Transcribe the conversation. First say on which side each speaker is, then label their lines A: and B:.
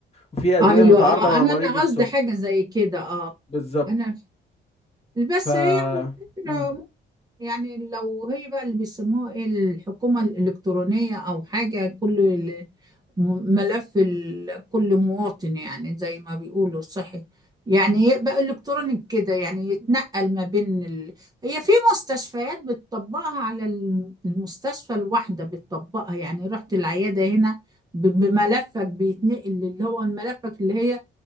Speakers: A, on the left; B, on the right.
A: وفي ادوية
B: أيوه
A: متعارضة
B: آه
A: مع
B: أنا
A: مريض
B: أنا
A: السكر
B: قصدي حاجة زي كده آه
A: بالظبط
B: أنا بس
A: ف
B: هي يعني الفكرة
A: امم
B: ممكن يعني لو هي بقى اللي بيسموها إيه الحكومة الإلكترونية أو حاجة كله م- ملف ال- كل مواطن يعني زي ما بيقولوا صحي يعني يبقى الكترونيك كده يعني يتنقل ما بين ال... هي في مستشفيات بتطبقها على الم- المستشفى الواحده بتطبقها يعني رحت العياده هنا ب- بملفك بيتنقل اللي هو ملفك اللي هي